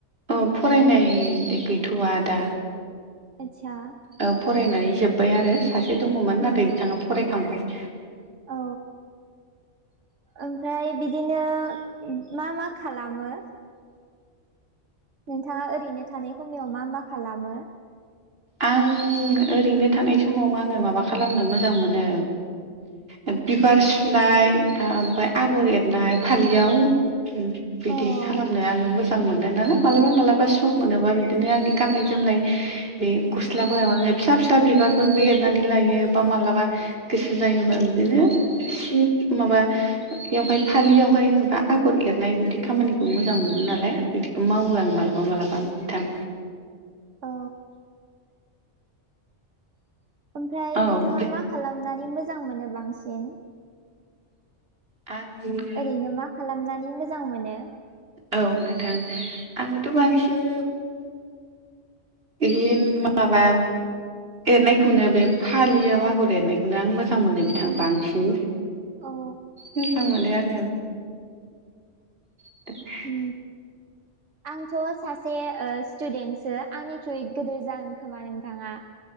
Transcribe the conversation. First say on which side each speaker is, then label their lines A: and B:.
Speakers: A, on the right; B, on the right.
A: अ फरायनाय गैथ'वा दा
B: आटचा।
A: ओ फरायनानै जोब्बाय आरो सासे दङमोन
B: उम
A: नाथाय बिथाङा फरायखांबाय।
B: औ ओमफ्राय बिदिनो मा मा खालामो? नोंथाङा ओरैनो थानाय समायाव मा मा खालामो?
A: आं ओरैनो थानाय समाव आङो माबा खालामनो मोजां मोनो उम बिबार सुनाय ओमफ्राय आगर एरनाय फालियाव बिदि
B: अ औ
A: खालामनो आङो मोजां मोनो नालाय मालाबा मालाबा सम मोनोबा बिदिनो आंनि गाननाय जोमनाय बे गस्लाफोराव आङो फिसा फिसा बिबारफोरबो एरनानै लायो। बा मालाबा गोसो जायोबा बिदिनो सि माबा बेवहाय फालियावहाय माबा आगर एरनाय बिदि खामानिखौ मोजां मोनो नालाय बिदिखौ मावो आं मालाबा मालाबा नोंथां।
B: औ ओमफ्राय
A: औ
B: नोंथाङा
A: ओमफ्राय
B: मा खालामनानै मोजां मोनो बांसिन?
A: आं
B: ओरैनो मा खालामनानै मोजां मोनो
A: औ नोंथां आङोथ' बांसिन बि माबा एरनायखौनो बे फालियाव आगर एरनायखौनो आं मोजां मोनो बिथां बांसिन
B: औ।
A: मोजां मोनो आङो <inaudible>
B: उम आंथ' सासे ओ स्टुदेन्टसो आंनिख्रुइ गिदिर जागोन खोमा नोंथाङा।